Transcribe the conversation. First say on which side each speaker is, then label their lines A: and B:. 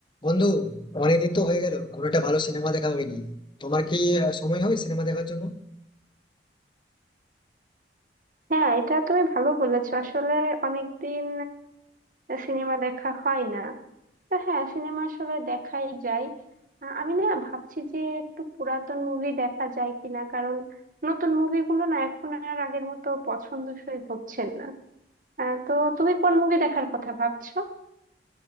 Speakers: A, on the left; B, on the right.
A: বন্ধু অনেকদিন তো হয়ে গেল কোনো একটা ভালো সিনেমা দেখা হয়নি তোমার কি আহ, সময় হয় সিনেমা দেখার জন্য
B: হ্যাঁ এটা তুমি ভালো বলেছো আসলে অনেকদিন সিনেমা দেখা হয় না তো হ্যাঁ সিনেমা আসলে দেখাই যায় আ- আমি না ভাবছি যে একটু পুরাতন মুভি দেখা যায় কিনা কারণ নতুন মুভিগুলো না এখন আর আগের মতো পছন্দসই হচ্ছে না আ, তো তুমি কোন মুভি দেখার কথা ভাবছো